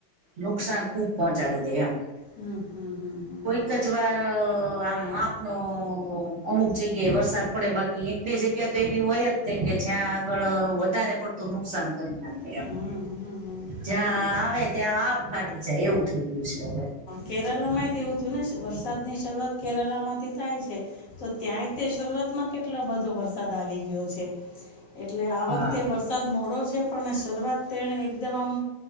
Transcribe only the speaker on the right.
નુકસાન ખુબ પહોંચાડી દે એમ.
એક જ વાર આમ માપનો અમુક જગ્યાએ વરસાદ પડે બાકી બે જગ્યા તો એવી હોય જ છે કે જ્યાં આગળ વધારે પડતું નુકસાન કરી નાખે.
જ્યાં આવે ત્યાં આભ ફાટી જાય એવું થઈ ગયું છે હવે.
હા